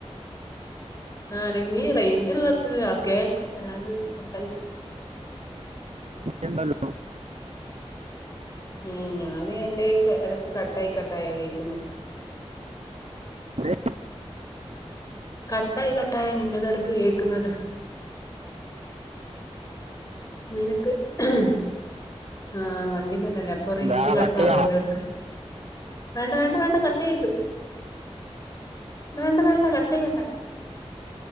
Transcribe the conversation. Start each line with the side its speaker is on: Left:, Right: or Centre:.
Left: ആ നീ റേഞ്ചി ള്ളോടത്തത് ഓക്കെ അല്ലാണ്ട് കട്ടായി പോകും.
Right: ഉണ്ടല്ലോ
Left: ഏ ഞാന് എന്റെ ഇടക്ക് കട്ടായി കട്ടായി കേൾക്കുന്ന്.
Right: ദേ,
Left: കട്ടായി കട്ടായ നിന്റെത് എടക്ക് കേക്കുന്നത്. നിനക്ക് ഹേ ആ വണ്ടി മല്ലല്ലേ പ്പൊ റേഞ്ച്
Right: ദാ
Left: കട്ടാകും
Right: കട്ട് ചെയ്യണോ
Left: എല്ലാട്ക്ക്. വേണ്ട വേണ്ട വേണ്ട കട്ട് ചെയ്യരുത് വേണ്ട വേണ്ട കട്ട് ചെയ്യണ്ട.